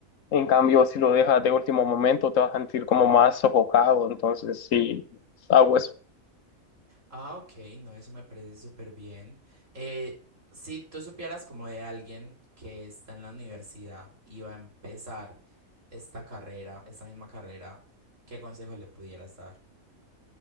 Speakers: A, on the left; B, on the right.
A: En cambio, si lo dejas de último momento, te vas a sentir como más sofocado. Entonces, sí, hago eso.
B: Ah, ok, no, eso me parece súper bien. Eh, si tú supieras como de alguien que está en la universidad y va a empezar esta carrera, esta misma carrera, ¿qué consejo le pudieras dar?